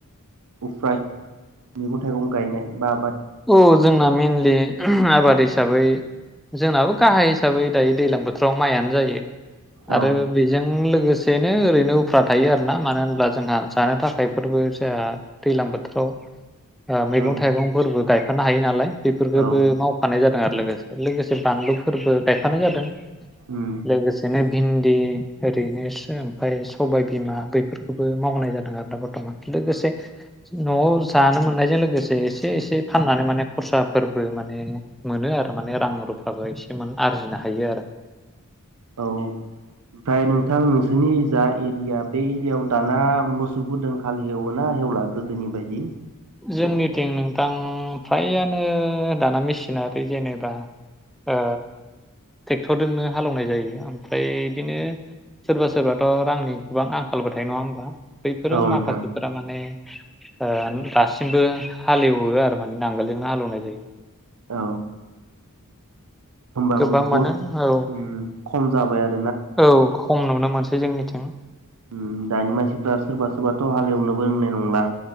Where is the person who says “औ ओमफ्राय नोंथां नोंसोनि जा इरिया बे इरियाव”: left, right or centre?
Right